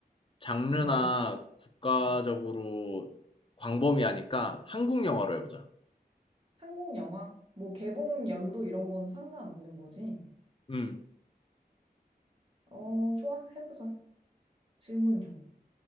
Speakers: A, on the left; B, on the right.
A: 장르나
B: 영화.
A: 국가적으로
B: 음.
A: 광범위하니까 한국 영화로 해보자.
B: 한국 영화? 뭐, 개봉 연도 이런 거는 상관없는 거지.
A: 음,
B: 어, 좋아. 해보자. 질문 줘.